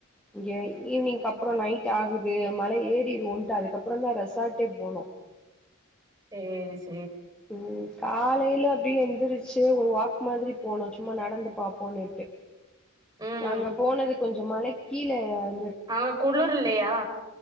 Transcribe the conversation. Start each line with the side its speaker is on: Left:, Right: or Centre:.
Centre: இங்க ஈவினிங் அப்புறம் நைட் ஆகுது மழை ஏறிருவோம் அதுக்கப்புறம் தான் ரெசாட்டே போனோம்
Right: சேரி சே
Centre: உம் காலையில அப்டி எந்திரிச்சு ஒரு வாக் மாரி போனும் சும்மா நடந்து பாப்போனுட்டு
Right: ம்
Centre: நாங்க போனது கொஞ்சம் மழை கீழயாது
Right: அங்க குளுர் இல்லயா